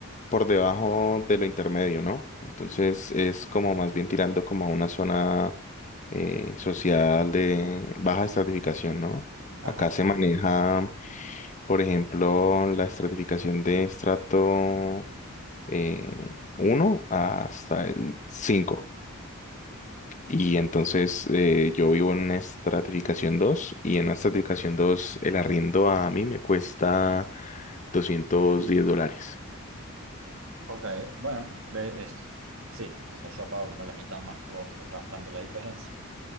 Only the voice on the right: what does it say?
Ajá.
Ok, bueno, ve- es, sí, o sea, yo pago como la mitad más que vos, es bastante la diferencia.